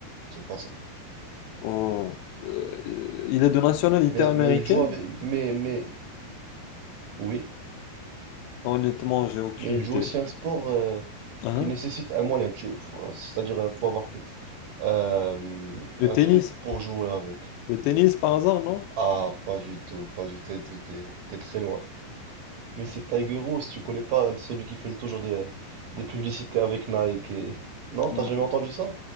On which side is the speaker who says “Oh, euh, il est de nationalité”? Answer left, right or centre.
Left